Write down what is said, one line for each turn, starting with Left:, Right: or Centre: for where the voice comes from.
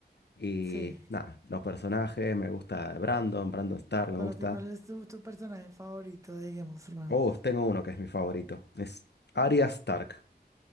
Left: Y
Right: Sí.
Left: nada, los personajes, me gusta Brandon, Brandon Stark, me
Right: Para
Left: gusta.
Right: ti, ¿cuál es tu, tu personaje favorito de Game of Thrones?
Left: Oh, tengo uno que es mi favorito. Es Arya Stark.